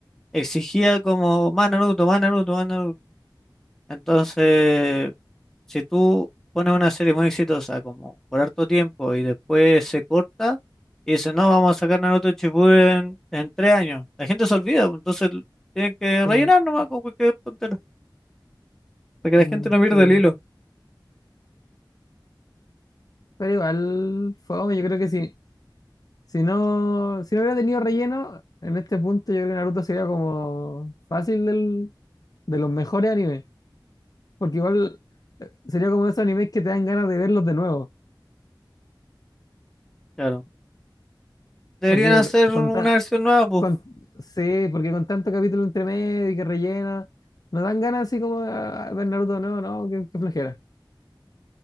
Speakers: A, in the centre; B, on the left.
A: exigía como más Naruto, más Naruto, más Naruto. Entonces, si tú pones una serie muy exitosa como por harto tiempo y después se corta y dice no, vamos a sacar Naruto Shippuden en tres años, la gente se olvida, pues, entonces tienen que rellenar
B: sí,
A: nomás con cualquier tontera, para que la
B: mm,
A: gente no pierda
B: sí.
A: el hilo.
B: Pero igual, fue, yo creo que sí. Si no, si no hubiera tenido relleno, en este punto yo creo que Naruto sería como fácil del- de los mejores animes. Porque igual eh, sería como esos animes que te dan ganas de verlos de nuevo.
A: Claro. Deberían
B: Porque
A: hacer una
B: con, tan-
A: versión nueva, pues.
B: con, sí, porque con tanto capítulo entre medio y que rellena, nos dan ganas así como a, ver Naruto de nuevo, ¿no? Qué, qué flojera.